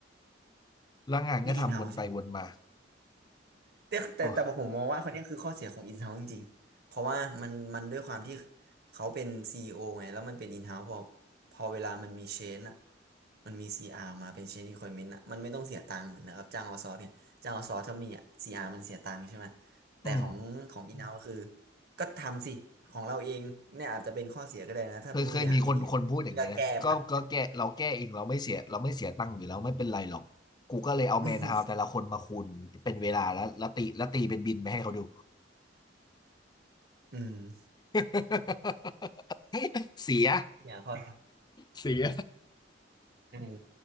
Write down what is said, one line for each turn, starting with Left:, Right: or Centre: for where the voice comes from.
Left: แล้วงานก็ทำวนไปวนมา
Right: นี่อินเฮาใช่ไหมแต่แต่แต่ผมมองว่าคนเนี้ยคือข้อเสียของอินเฮาิงจริงๆเพราะว่ามันมันด้วยความที่
Left: โอ้
Right: เขาเป็นซีอีโอไงแล้วมันเป็นอินเฮาพอพอเวลามันมีเชนอะมันมีซีอาร์ออกมาเป็นเชน e ี q คว i เ m น n t อะมันไม่ต้องเสียตังค์เหมือนนะครับจ้างเอาซอร์สเนี่ยจ้างเอาซอร์สถ้ามีอะซีอาร์มันเสียตังค์ใช่ไหมแต่ของของอินเฮาคือ
Left: อืม
Right: ก็ทำสิของเราเองเนี่ยอาจจะเป็นข้อเสียก็ได้นะถ้าผู้บริหารไม่ดีอะเวลาแก้มัน
Left: เคยเคยมีคนคนพูดอย่างนี้นะก็ก็แก้เราแก้เองเราไม่เสียเราไม่เสียตังค์อยู่แล้วไม่เป็นไรหรอกกูก็เลยเอาแมนฮาวแต่ละคนมาคูณเป็นเวลาแล้วแล้วตีแล้วตีเป็นบินไปให้เขาดู
Right: <laughs> อืม <laughs> อม
Left: <laughs> เสีย
Right: อย่างข้อ
Left: เสีย
Right: อืม